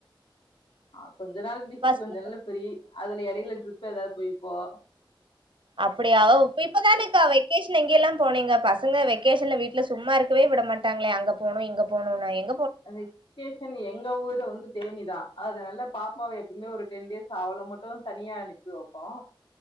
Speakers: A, on the left; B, on the right.
A: அ கொஞ்ச நாள் பிஸி
B: ஃபர்ஸ்ட்
A: கொஞ்ச நாள் ப்ஃரீ அதுல எடையில ட்ரிப் எதாவது போயிப்போ
B: அப்படியாவ் இ இப்பதானேக்கா வெ வெக்கேஷன் எங்கேல்லா போனீங்க பசங்க வெகேஷன்ல வீட்ல சும்மா இருக்கவே விட மாட்டாங்ளே அங்க போனு இங்க போனுனு எங்
A: வெக்கேஷன் எங்க ஊரு வந்து தேனிதா அதுனால பாப்பாவை எப்பவுமே ஒரு டென் டேஸ் அவள மட்டு தனியா அனுப்பி வப்போம்